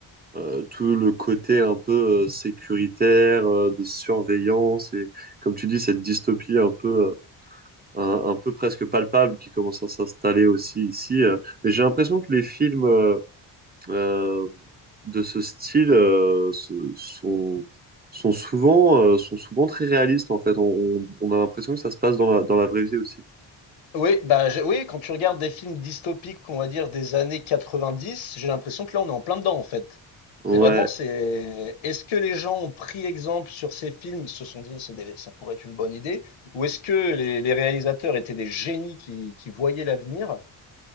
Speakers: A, on the right; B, on the left.
A: euh, tout le côté un peu euh, sécuritaire, euh, de surveillance et, comme tu dis, cette dystopie un peu. euh, un, un peu presque palpable qui commence à s'installer aussi ici. euh. Mais j'ai l'impression que les films euh, euh, de ce style euh, se- sont, sont souvent, euh, sont souvent très réalistes en fait. On, on- on a l'impression que ça se passe dans la, dans la vraie vie aussi.
B: Oui, bah, je- oui, quand tu regardes des films dystopiques, on va dire des années 90, j'ai l'impression que là, on est en plein dedans, en fait.
A: Ouais.
B: C'est vraiment, c'est, est-ce que les gens ont pris exemple sur ces films, ils se sont dit, c'est des- ça pourrait être une bonne idée, ou est-ce que les, les réalisateurs étaient des génies qui, qui voyaient l'avenir?